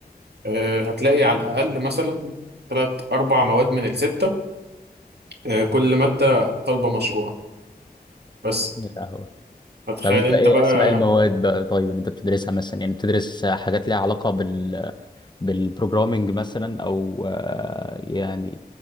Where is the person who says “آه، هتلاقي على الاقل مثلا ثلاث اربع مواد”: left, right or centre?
Right